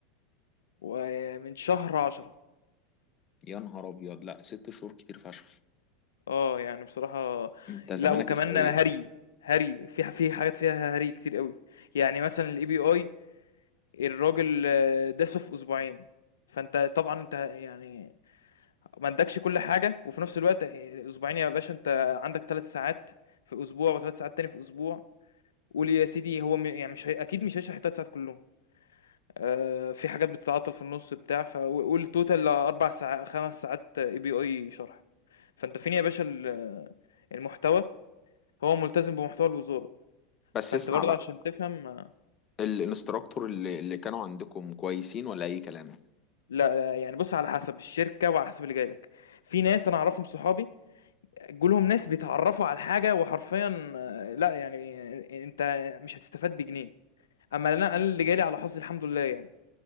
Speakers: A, on the left (about 75°); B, on the left (about 35°).
A: ومن شهر 10.
B: يا نهار ابيض لا ست شهور كتير فشخ
A: آه، يعني بصراحة
B: انت زمانك
A: لأ وكمان
B: استويت
A: هري، إمم. هري في ح في حاجات فيها هري كتير أوي، يعني مثلًا الAPI الراجل آه، داسه في أسبوعين، فأنت طبعًا أنت يعني ما ادّاكش كل حاجة، وفي نفس الوقت آآ، أسبوعين يا باشا أنت عندك 3 ساعات في أسبوع و3 ساعات تاني في أسبوع، قُل يا سيدي هو م يعني مش هي أكيد مش هيشرح ال3 ساعات كلّهم، آآ، في حاجات بتتعطل في النُص بتاع ف و قُل total 4 ساع 5 ساعات API شرح، فأنت فين يا باشا ال المحتوى هو ملتزم بمحتوى الوزارة،
B: بس
A: فأنت
B: اسمع
A: برضه
B: بقى
A: عشان تفهم
B: الانستراكتور اللي, اللي كانوا عندكم كويسين ولا اي كلام
A: لا، لا يعني بُص على حسب الشركة وعلى حسب اللي جاي لك، في ناس أنا أعرفهم صحابي جُه لهم ناس بيتعرّفوا على الحاجة وحرفيًا آه، لأ، يعني أنت مش هتستفاد بجنيه، أمّا لأ، أنا اللي جه لي على حظي الحمد لله يعني،